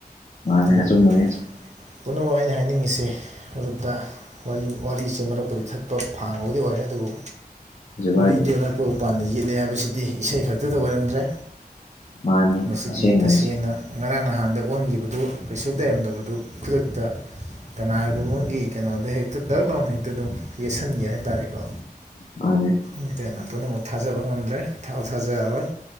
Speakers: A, on the left; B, on the right.
A: ꯃꯥꯅꯦ
B: ꯑꯗꯨꯕꯨ
A: ꯑꯆꯨꯝꯕꯅꯦ
B: <unintelligible> ꯄꯨꯝꯅꯃꯛ ꯑꯩꯅ ꯍꯥꯏꯅꯤꯡꯉꯤꯁꯦ ꯃꯔꯨꯞꯇ ꯋꯥꯔꯤ ꯋꯥꯔꯤꯁꯦ ꯃꯔꯛꯄꯨꯗꯤ ꯊꯠ__ ꯐꯥꯡꯕꯕꯨꯗꯤ ꯑꯣꯏꯔꯦ ꯑꯗꯨꯕꯨ
A: ꯀꯩꯁꯨ ꯀꯥꯏꯗꯦ
B: ꯎꯔꯤꯗꯤ ꯑꯅꯛꯄ ꯎꯄꯥꯟꯗ ꯌꯦꯠꯂ ꯍꯥꯏꯕꯁꯤꯗꯤ ꯏꯁꯩ ꯈꯛꯇꯗ ꯑꯣꯏꯔꯝꯗ꯭ꯔꯦ
A: ꯃꯥꯅꯦ
B: ꯃꯁꯤꯗꯤ
A: ꯑꯁꯦꯡꯕꯅꯤ
B: ꯇꯁꯦꯡꯅ ꯉꯔꯥꯡ ꯅꯍꯥꯟꯗ ꯑꯣꯟꯈꯤꯕꯗꯨ ꯀꯩꯁꯨ ꯇꯩꯔꯝꯗꯕꯗꯨ ꯈꯨꯗꯛꯇ ꯀꯅꯥꯒꯨꯝꯕ ꯑꯃꯒꯤ ꯀꯩꯅꯣꯗ ꯍꯦꯛꯇ ꯇꯛ ꯂꯥꯎꯅ ꯍꯦꯛꯇ ꯑꯗꯨꯝ ꯌꯦꯠꯁꯟꯒꯤ ꯍꯥꯏꯇꯥꯔꯦꯀꯣ
A: ꯃꯥꯅꯦ
B: ꯑꯗꯨꯅ ꯄꯨꯝꯅꯃꯛ ꯊꯥꯖꯕ ꯉꯝꯗ꯭ꯔꯦ ꯊꯥꯁꯨ ꯊꯥꯖꯔꯔꯣꯏ